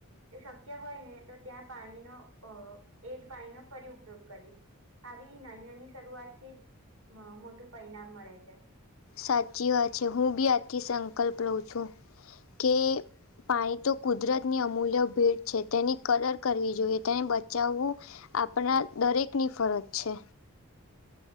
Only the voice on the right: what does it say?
તે શક્ય હોય ને તો ત્યાં પાણીનો અ એજ પાણીનો ફરી ઉપયોગ કરીશ. આવી નાનાની શરૂઆતથી જ મોટું પરિણામ મળે છે.